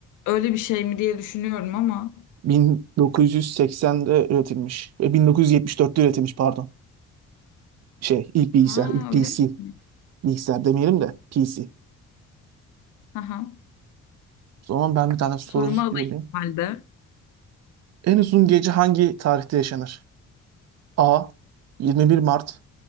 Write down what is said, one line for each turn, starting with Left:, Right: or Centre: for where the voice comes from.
Left: öyle bir şey mi diye düşünüyorum ama.
Right: 1980'de üretilmiş. E, 1974'te üretilmiş pardon. Şey ilk bilgisayar,
Left: Ha
Right: ilk PC.
Left: öyle mi?
Right: Bilgisayar demeyelim de PC.
Left: Aha.
Right: O zaman ben bir tane soru
Left: Sorumu alayım
Right: yazayım.
Left: o halde.
Right: En uzun gece hangi tarihte yaşanır? A. 21 Mart